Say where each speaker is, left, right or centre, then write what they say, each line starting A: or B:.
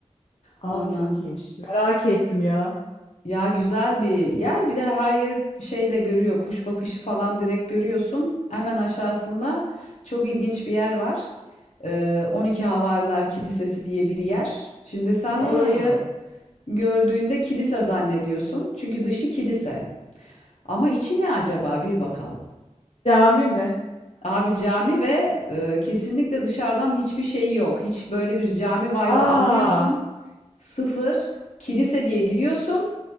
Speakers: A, on the left (about 55°); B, on the left (about 70°).
A: Aa
B: Ondan.
A: çok iyiymiş. Merak ettim ya.
B: Ya güzel bir yer. Bir de her yeri şeyle görüyor. Kuş bakışı falan direkt görüyorsun. Hemen aşağısında çok ilginç bir yer var. Ee, 12 Havariler Kilisesi diye bir yer. Şimdi sen
A: Hmm.
B: orayı gördüğünde kilise zannediyorsun. Çünkü dışı kilise. Ama içi ne acaba? Bir bakalım.
A: Cami mi?
B: Abi cami ve e, kesinlikle dışarıdan hiçbir şeyi yok. Hiç böyle bir cami vibe'ı
A: Aa,
B: almıyorsun. Sıfır. Kilise diye giriyorsun.